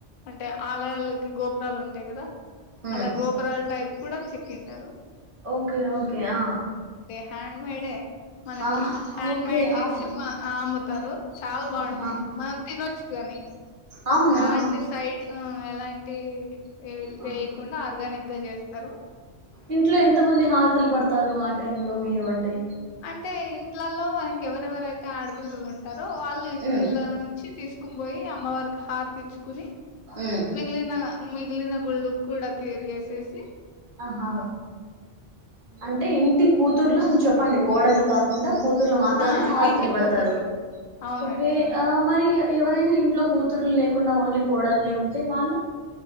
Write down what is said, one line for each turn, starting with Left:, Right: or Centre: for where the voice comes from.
Left: అంటే ఆలయాలకి గోపురాలు ఉంటాయి కదా
Right: హ్మ్
Left: అలా గోపురాల టైప్ కూడా చెక్ంటారు
Right: ఓకే ఓకే ఆ
Left: హాం మడే మనకి
Right: ఆ
Left: హ్యాండ్
Right: ఓకే
Left: మేడ్ చేసి
Right: ఆ
Left: మా అమ్ముతారు చాలా బాగుంటు
Right: ఆహా
Left: మన తినొచ్చు గాని
Right: అవునా
Left: ఎలాంటి సైడ్ ఆ ఎలాంటి దే ఏ
Right: ఆ!
Left: వెేయికుడా ఆర్గానిక్ గా చేస్తారు
Right: ఇంట్లో ఎంత మంది హారతలు పడతారు ఆ టై లో మీరు అంటే
Left: అంటే ఇంట్లలో మనకి ఎవరెవరైతే ఆడపిల్లులు ఉంటారు తో వాళ్ళు
Right: ఉమ్
Left: ఇళ్ళ నుంచి తీసుకు ఉక్కు పోయి అమ్మవారికి హారతించుకొని
Right: ఉమ్
Left: మిగిలిన మిగిలిన గుళ్ళు కూడా తీరి వేసేసి
Right: ఆహా అంటే ఇంటి కూతుర్లో అని చెప్పండి కోడలు కాకుండా కూతుర్లు మాత్రమే
Left: ఆ
Right: హారతులు
Left: ఇంటి కూతుర్లు
Right: పడతారు
Left: అవునండి
Right: ఓకే
Left: అవును
Right: ఆ మరి ఎవరైనా ఇంట్లో కూతుర్లు లేకుండా ఓన్లీ కోడలునే ఉంటే వాళ్ళు